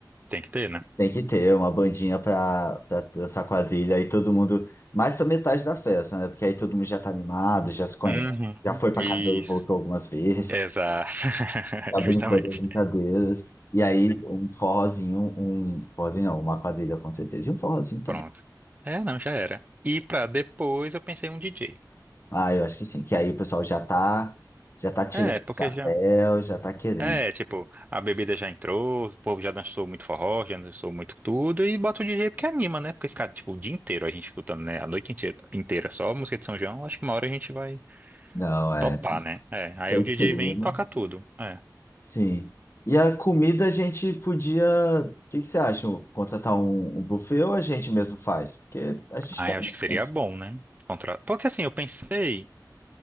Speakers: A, on the right; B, on the left.
A: Tem que ter, né?
B: Tem que ter uma bandinha pra, pra dançar quadrilha aí todo mundo, mais pra metade da festa, né? Porque aí todo mundo já tá animado, já se conhece,
A: Uhum.
B: já foi pra
A: Isso.
B: cadeia e voltou algumas vezes,
A: Exato. <laughs>
B: já
A: Justamente.
B: brincou das brincadeiras. E aí um forrozinho, um forrozinho não, uma quadrilha com certeza, e um forrozinho também.
A: Pronto. É, não, já era. E pra depois eu pensei um DJ.
B: Ah, eu acho que sim, que aí o pessoal já tá, já tá tirando
A: É,
B: o
A: porque
B: chapéu,
A: já.
B: já tá querendo.
A: É, tipo, a bebida já entrou, o povo já dançou muito forró, já dançou muito tudo, e bota o DJ porque anima, né? Porque ficar, tipo, o dia inteiro a gente escutando, né? A noite inteira, inteira só música de São João, acho que uma hora a gente vai
B: Não, é,
A: topar,
B: tem que
A: né? É, aí
B: ser o
A: o DJ
B: clima.
A: vem e toca tudo. É.
B: Sim. E a comida a gente podia. O que que você acha? Contratar um, um buffet ou a gente mesmo faz? Porque a gente
A: Aí
B: tem
A: acho
B: bastante.
A: que seria bom, né? Contra... Porque assim, eu pensei